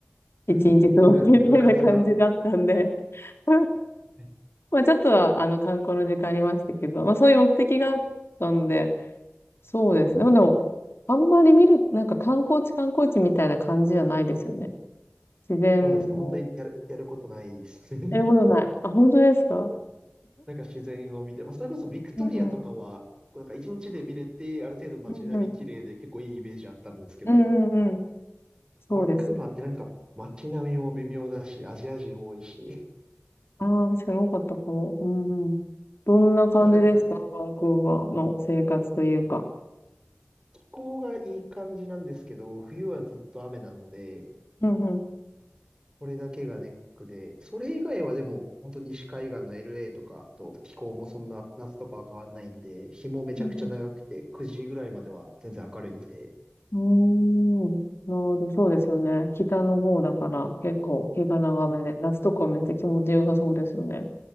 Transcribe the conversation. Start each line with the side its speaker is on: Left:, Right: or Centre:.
Left: 一日過ごすみたいな感じだったんで
Right: ーん、部活が、
Left: <laughs>
Right: はい
Left: まあちょっとはあの観光の時間ありましたけど、まあそういう目的があったんで、そうですね。でも、でもあんまり見る、なんか観光地観光地みたいな感じじゃないですよね。自然と。
Right: そうですね。本当にやる、やることないです。<laughs>
Left: やることない。あ、本当ですか
Right: なんか自然を見て、まあ、それこそビクトリアとかは、
Left: うんうん。
Right: なんか一日で見れて、ある程度街並み綺麗で結構いいイメージあったんですけど、
Left: うんうん。うんうんうん。そうですね。
Right: バンクーバーってなんか街並みも微妙だし、アジア人多いし、
Left: ああ、確かに多かったかも。うんうん。どんな感じでしたバンクーバーの生活というか。
Right: まあなんか気候がいい感じなんですけど、冬はずっと雨なので、
Left: うんうん。
Right: これだけがネックで、それ以外はでも本当西海岸の LA とかと気候もそんな夏とかは変わんないんで、日もめちゃくちゃ長くて9時ぐらいまでは全然明るいんで、
Left: うんうーん。なるほど、そうですよね。北の方だから結構日が長めで、夏とかめっちゃ気持ちよさそうですよね。